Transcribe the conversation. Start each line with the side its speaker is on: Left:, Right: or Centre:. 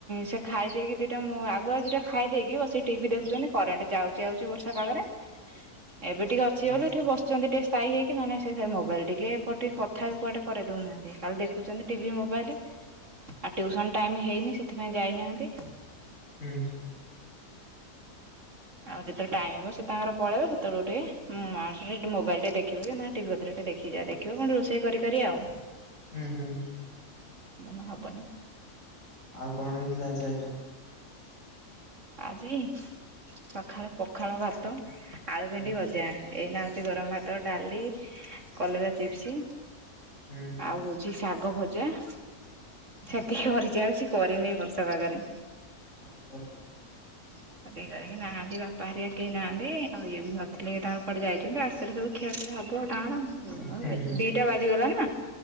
Right: ସେ ଖାଇ ଦେଇକି ଦିଟା ମୁଁ ଆଗୁଆ ଦିଟା। ଖାଇଦେଇକି ବସିକି ଟିଭି ଦେଖୁଚନ୍ତି କରେଣ୍ଟ ଯାଉଚି ଆଉଚି ବର୍ଷା ପାଗରେ। ଏବେ ଟିକେ ଅଛିି
Left: ହଁ
Right: ବୋଲି
Left: ହଁ,
Right: ଏଠି ବସିଛନ୍ତିି ଟିକେ ସ୍ଥାୟୀ ହେଇକି ନହେନେ ସେ ମୋବାଇଲ ଟିକେ ଏପଟେ କ କଥା ବି କୁଆଡ଼େ କରିଦଉନାହାନ୍ତି। କାଲି ଦେଖୁଛନ୍ତି ଟିଭି ମୋବାଇଲ ଆଉ ଟ୍ୟୁସନ ଟାଇମ ହେଇନି ସେଥିପାଇଁ ଯାଇନାହାନ୍ତି।
Left: ହୁଁ
Right: ଆଉ ଯେତେବେଳେ ଟାଇମ୍ ହବ ସେ ତାଙ୍କର ପଳେଇବେ ସେତେବେଳେକୁ ଟିକେ ମୋ ମାଉସୀର ମୋବାଇଲ ଟିକେ ଦେଖିବି କି ନା ଟିଭି ପତ୍ର ଟିକେ ଦେଖିଯାଆ। ଦେଖ୍ ଦେଖିବା କଣ ରୋଷେଇ କରି କରି ଆଉ।
Left: ଉଁ ହୁଁ
Right: ମନ ହବନି।
Left: ଆଉ କଣ ହେଇଥିଲା ଆଜି ଆଇଟମ୍?
Right: ଆଜି ସଖାଳୁ ପଖାଳ ଭାତ ଆଳୁ ଭେଣ୍ଡି
Left: ହଁ
Right: ଭଜା। ଏଇନା ହେଇଛି ଗରମ ଭାତ ଡାଲି କଲରା ଚିପ୍ସ।
Left: ହୁଁ
Right: ଆଉ ହଉଛି ଶାଗଭଜା ସେତିକି କରିଛି ଆଉ କିଛି କରିନି ଏଇ ବର୍ଷା ପାଗରେ।
Left: ହଁ ହଁ
Right: ସେତିକି କରିକି ନାହାନ୍ତି ବାପା ହେରିକା କେହି ନାହାନ୍ତି ଆଉ ଇଏ ବି ନଥିଲେ ତାଙ୍କ କୁଆଡେ ଯାଇଛନ୍ତି ଆସିଲେ ସବୁ ଖିଆପିଆ ହବ ତାଙ୍କର
Left: ହୁଁ ହୁଁ
Right: ଦିଟା ବାଜିଗଲା ନା।